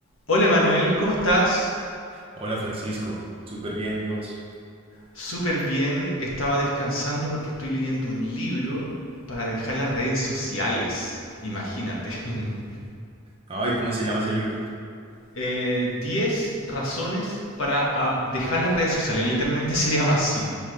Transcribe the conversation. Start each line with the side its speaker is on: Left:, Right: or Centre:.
Left: Hola Manuel, ¿cómo estás?
Right: Hola Francisco, súper bien, ¿y vos?
Left: Súper bien, estaba descansando porque estoy leyendo un libro para dejar las redes sociales. Imagínate. <laughs>
Right: Ay, ¿cómo se llama ese libro?
Left: Eh, 10 razones para ah, dejar las redes sociales, literalmente <laughs> se llama así.